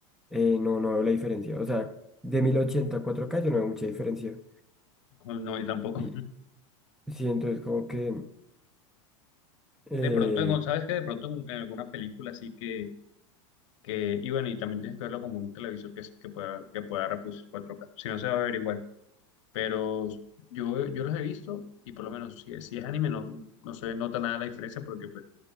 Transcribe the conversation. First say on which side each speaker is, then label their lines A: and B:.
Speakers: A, in the centre; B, on the left.
A: eh, no, no veo la diferencia. O sea, de 1080 a cuatro k yo no veo mucha diferencia.
B: No, no, y tampoco.
A: Y
B: <laughs>
A: sí, entonces como que, eh,
B: De pronto, en, ¿sabes qué? De pronto en, en alguna película así que, que, y bueno, y también tienes que verlo como en un televisor que, es- que pueda, que pueda reproducir 4K, si no se va a ver igual, pero... Yo, yo los he visto y por lo menos si, si es anime no, no se nota nada la diferencia porque pues